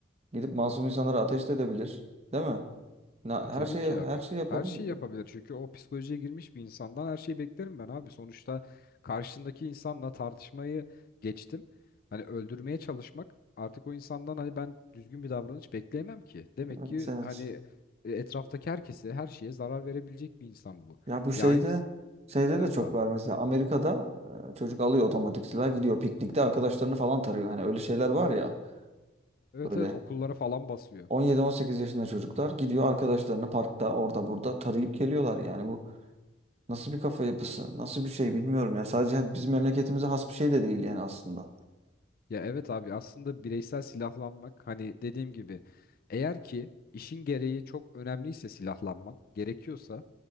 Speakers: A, on the right; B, on the left.
A: Gidip masum insanlara ateş de edebilir. Değil mi? Na-
B: E, Tabii
A: Her şeyi
B: ki
A: her
B: abi.
A: şeyi yapabilir.
B: Her şeyi yapabilir. Çünkü o psikolojiye girmiş bir insandan her şeyi beklerim ben abi. Sonuçta karşısındaki insanla tartışmayı geçtim. Hani öldürmeye çalışmak artık o insandan hani ben düzgün bir davranış bekleyemem ki. Demek
A: Evet,
B: ki
A: evet.
B: hani e, etraftaki herkese, her şeye zarar verebilecek bir insan bu.
A: Ya bu şeyde
B: Ya aynı
A: şeyde
B: evet
A: de çok
B: abi.
A: var mesela Amerika'da e, çocuk alıyor otomatik silah gidiyor piknikte arkadaşlarını falan tarıyor. Hani öyle şeyler var ya
B: Evet
A: böyle
B: evet okullara falan basıyor.
A: 17-18 yaşında çocuklar gidiyor arkadaşlarını parkta orada burada tarayıp geliyorlar yani bu nasıl bir kafa yapısı nasıl bir şey bilmiyorum ya sadece hani bizim memleketimize has bir şey de değil yani aslında.
B: Ya evet abi aslında bireysel silahlanmak hani dediğim gibi eğer ki işin gereği çok önemliyse silahlanman gerekiyorsa